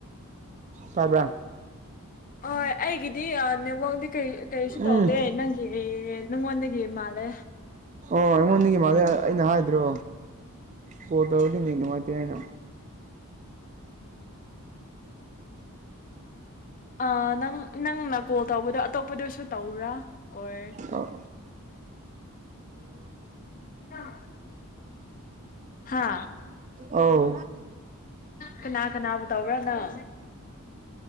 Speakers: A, on the right (about 30°); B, on the left (about 35°).
A: ꯇꯥꯕ꯭ꯔ
B: ꯍꯣꯏ ꯑꯩꯒꯤꯗꯤ ꯅꯦꯠꯋꯥꯛꯗꯤ ꯀꯩ ꯀꯔꯤꯁꯨ
A: ꯎꯝ
B: ꯇꯧꯗꯦ ꯅꯪꯒꯤ ꯅꯉꯣꯟꯗꯒꯤ ꯃꯥꯜꯂꯦ
A: ꯑꯣ ꯑꯩꯉꯣꯟꯗꯒꯤ ꯃꯥꯂꯦ ꯑꯩꯅ ꯍꯥꯏꯗ꯭ꯔꯣ ꯀꯣꯜ ꯇꯧꯔꯗꯤ ꯅꯦꯠ ꯅꯨꯡꯉꯥꯏꯇꯦ ꯍꯥꯏꯅ
B: ꯑꯥ ꯅꯪ ꯅꯪꯅ ꯀꯣꯜ ꯇꯧꯕꯗꯣ ꯑꯇꯣꯞꯄꯗꯁꯨ ꯇꯧꯕ꯭ꯔꯥ ꯑꯣꯏ
A: ꯑꯣ
B: <unintelligible> ꯍꯥ
A: ꯑꯧ
B: ꯀꯅꯥ ꯀꯅꯥꯕꯨ ꯇꯧꯕ꯭ꯔꯥꯅꯣ <inaudible>